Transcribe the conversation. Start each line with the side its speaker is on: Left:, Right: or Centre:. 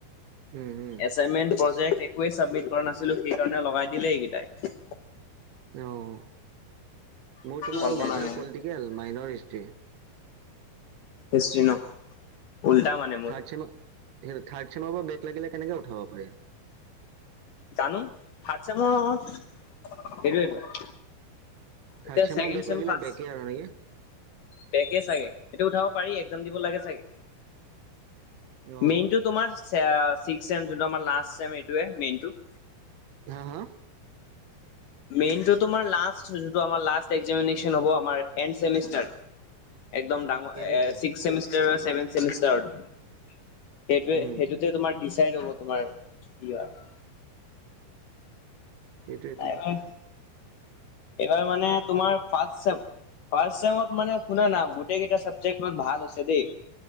Right: উম উম।
Left: এচাইনমেণ্ট প্ৰজেক্ট একোৱে চাবমিট কৰা নাছিলো সেইকাৰণে লগাই দিলেই এইকেইটাই।
Right: অ', মোৰ তোমাৰ
Left: কল্পনা
Right: মেজৰ
Left: নাই।
Right: Political minor history.
Left: হিষ্ট্ৰী ন? উল্টা মানে মোৰ
Right: থাৰ্ড চেম থাৰ্ড চেমৰ পৰা বেগ লাগিলে কেনেকে উঠাব পাৰে।
Left: জানো ফাৰ্ষ্ট ছেম মোৰ এৰিয়াৰটো
Right: থাৰ্ড
Left: এতিয়া
Right: চেমৰ
Left: ছেকেণ্ড
Right: বেক
Left: চেম
Right: লাগিলে
Left: ফাৰ্ষ্ট-
Right: বেকে আৰু নেকি
Left: বেকে চাগে সেটো উঠাব পাৰি এক্সাম দিব লাগে চাগে।
Right: অ
Left: মেইনটো তোমাৰ অ চিক্স ছেম যোনটো আমাৰ লাষ্ট ছেম এইটোৱে মেইনটো।
Right: হা হা
Left: মেইনটো তোমাৰ লাষ্ট যোনটো আমাৰ লাষ্ট এক্সামিনেচন হব আমাৰ এনদ চেমিষ্টাৰ। একদম ডাঙৰ
Right: সেইটোৱেতো
Left: এ চিক্স ছেমিষ্টাৰ ছেভেন ছেমিষ্টাৰত। সেইটোৱে,
Right: উম
Left: সেইটোতে তোমাৰ ডিচাইড হ'ব তোমাৰ ইয়াহ -
Right: এইটোৱেতো-
Left: হয়। এইবাৰ মানে
Right: টোটেলটো
Left: তোমাৰ ফাৰ্ষ্ট - ছেম ফাৰ্ষ্ট ছেমত মানে শুনা না গোটেইকেইটা চাবজেক্ট ভাল হৈছে দেই।